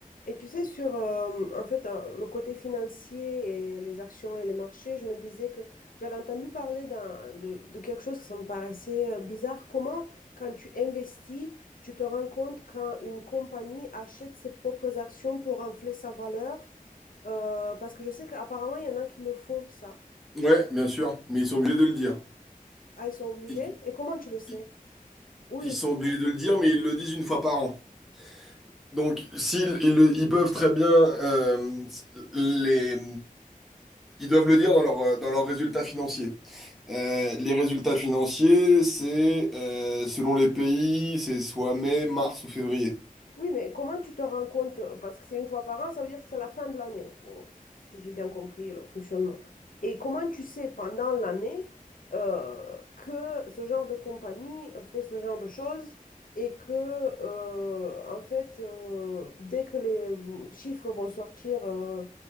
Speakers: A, on the left; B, in the centre.
A: Et tu sais, sur euh, en fait, euh, le côté financier et les actions et les marchés, je me disais que j'avais entendu parler d'un, de, de quelque chose qui me paraissait euh, bizarre. Comment, quand tu investis, tu te rends compte quand une compagnie achète ses propres actions pour infler sa valeur? Euh, parce que je sais qu'apparemment, il y en a qui le font, ça.
B: Ouais, bien sûr, mais ils sont obligés de le dire.
A: Ah, ils sont obligés.
B: Ils,
A: Et comment tu le sais?
B: ils-
A: Oui,
B: ils sont obligés de le dire, mais ils le disent une fois par an. Donc, s'ils ils, le- ils peuvent très bien, euh, les, ils doivent le dire dans leur, euh, dans leurs résultats financiers. Euh, les résultats financiers, c'est euh, selon les pays, c'est soit mai, mars ou février.
A: Oui, mais comment tu te rends compte? Parce que c'est une fois par an, ça veut dire que c'est la fin de l'année, oh, si j'ai bien compris le fonctionnement. Et comment tu sais pendant l'année euh, que ce genre de compagnie fait ce genre de choses et que, euh, en fait, euh, dès que les chiffres vont sortir euh,